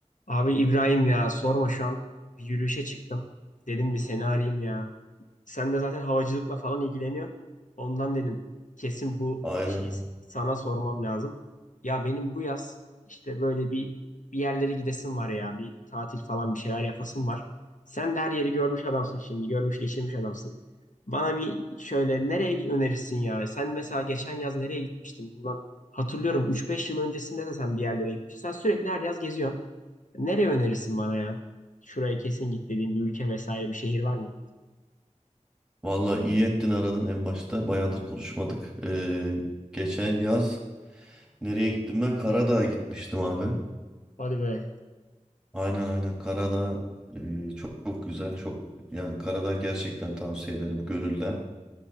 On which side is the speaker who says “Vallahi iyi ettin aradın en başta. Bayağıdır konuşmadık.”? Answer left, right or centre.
Centre